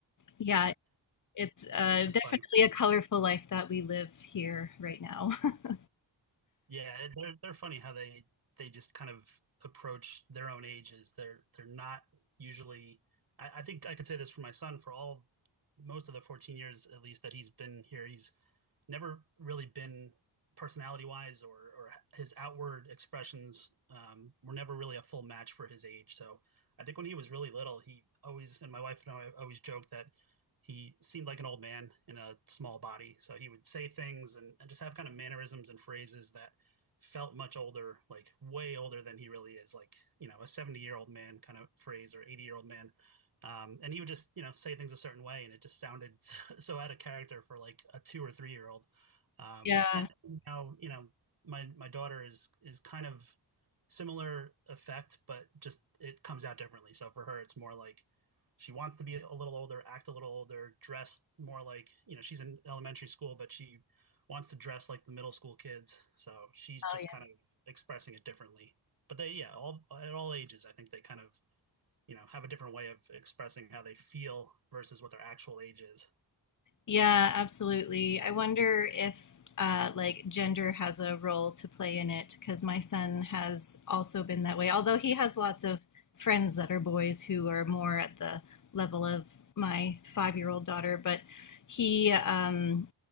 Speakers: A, on the left (about 45°); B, on the right (about 55°).
A: yeah, it's uh,
B: That's
A: definitely
B: funny.
A: a colorful life that we live here right now. <laughs>
B: Yeah, they're they're funny how they they just kind of approach their own ages. They're they're not usually. I, I think I could say this for my son for all most of the 14 years at least that he's been here. He's never really been personality wise or, or his outward expressions um, were never really a full match for his age. So I think when he was really little, he always, and my wife and I always joked that he seemed like an old man in a small body. So he would say things and, and just have kind of mannerisms and phrases that felt much older, like way older than he really is, like, you know, a 70 year old man kind of phrase or 80 year old man um, and he would just, you know, say things a certain way, and it just sounded <laughs> so, so out of character for like a two or three year old. Um,
A: Yeah.
B: and now, you know, my my daughter is is kind of similar effect, but just it comes out differently. So for her, it's more like she wants to be a little older, act a little older, dress more like, you know, she's in elementary school, but she wants to dress like the middle school kids. So she's
A: Oh,
B: just
A: yeah.
B: kind of expressing it differently. But they, yeah, all at all ages, I think they kind of you know have a different way of expressing how they feel versus what their actual age is
A: Yeah, absolutely. I wonder if uh, like gender has a role to play in it because my son has also been that way. Although he has lots of friends that are boys who are more at the level of my five-year-old daughter, but he um,